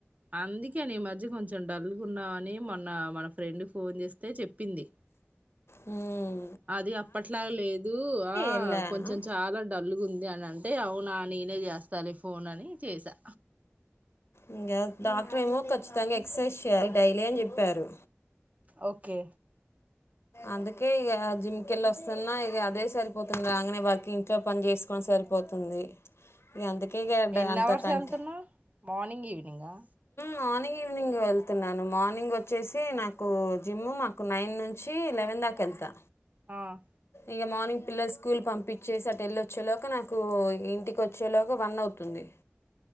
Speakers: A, on the right; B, on the left.
A: అందుకేనా ఈ మధ్య కొంచ చం డల్గున్నావని మొన్న మన ఫ్రెండ్ ఫోన్ చేస్తే చెప్పింది.
B: హ్మ్!
A: అది అప్పట్లాగ లేదు, ఆ
B: వెళ్ళా
A: కొంచెం చాలా డల్ గా ఉంది. అని అంటే అంటే అవునా నేనే చేస్తాలే ఫోన్ అని చేసా.
B: ఇంకా డాక్టర్ ఏమో ఖచ్చితంగా ఎక్సర్సైజ్ చెయ్యాలి డైలీ అని చెప్పారు.
A: ఓకే.
B: అందుకే ఇక జిమ్ కి వెళ్ళి వస్తున్నా ఇక అదే! సరిపోతుంది ఇంకా రాంగానే వర్కింగ్. ఇంట్లో పని చేసుకొని సరిపోతుంది ఇక అందుకే, ఇక
A: ఎన్ని
B: అంత
A: అవర్స్
B: కంటి
A: వెళ్తున్నావ్ మార్నింగ్ ఈవెనింగ్ ఆ
B: మార్నింగ్ ఈవినింగ్ వెళ్తున్నాను మార్నింగ్ వచ్చేసి నాకు జిమ్ మాకు నైన్ నుంచి. చి లెవెన్ దాకా వెళ్తా.
A: ఆ!
B: ఇక మార్నింగ్ పిల్లలు స్కూల్ పంపించేసి, అటు వెళ్ళి వచ్చేలోపు నాకు ఇంటికి వచ్చేలోకి వన్ అవుతుంది.